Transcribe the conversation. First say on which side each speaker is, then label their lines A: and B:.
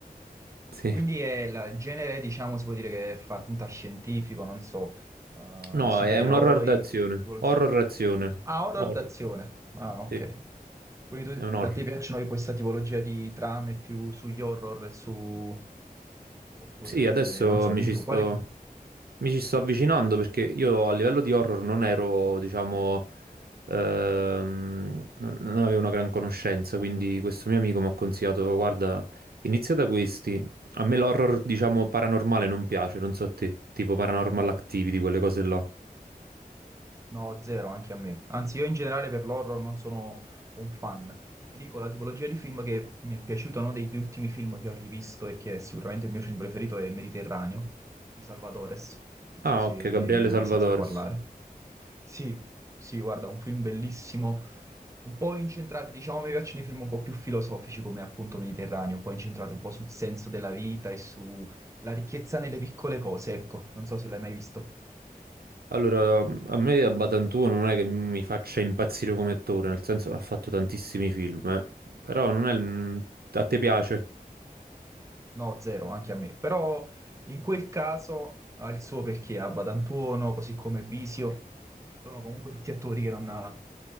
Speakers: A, on the right; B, on the right.
A: Sì.
B: Quindi è la- il genere, diciamo, si può dire che è fantascientifico, non so, eh,
A: No,
B: supereroi,
A: è un horror d'azione.
B: tipologia...
A: Horror azione.
B: Ah, horror
A: Horror,
B: d'azione. Ah, ok.
A: sì,
B: Quindi
A: è un
B: tu-
A: horror.
B: a te piacciono questa tipologia di trame più sugli horror, e su... oppure,
A: Sì, adesso
B: non so,
A: mi
B: dimmi
A: ci
B: tu,
A: sto,
B: quale...
A: mi ci sto avvicinando perché io a livello di horror non ero, diciamo, ehm, non, non avevo una gran conoscenza, quindi questo mio amico mi ha consigliato, guarda, inizia da questi. A me l'horror, diciamo, paranormale non piace, non so a te, tipo Paranormal Activity, quelle cose là.
B: No, zero anche a me. Anzi, io in generale per l'horror non sono un fan. Ti dico, la tipologia di film che mi è piaciuto, uno degli ultimi film che ho rivisto e che è sicuramente il mio film preferito è Mediterraneo di Salvadores. Non
A: Ah,
B: so se
A: ok,
B: ne
A: Gabriele
B: hai
A: Salvatores.
B: mai sentito parlare. Sì, sì, guarda, un film bellissimo, un po' incentrati, diciamo, mi piacciono i film un po' più filosofici come appunto Mediterraneo, un po' incentrati un po' sul senso della vita e sulla ricchezza nelle piccole cose, ecco. Non so se l'hai mai visto.
A: Allora, a me a Batantuono non è che mi faccia impazzire come attore, nel senso che ha fatto tantissimi film, eh. Però non è il... mm, a te piace.
B: No, zero, anche a me. Però in quel caso ha il suo perché, Abba D'Antuono, così come Bisio, sono comunque tutti attori che non, non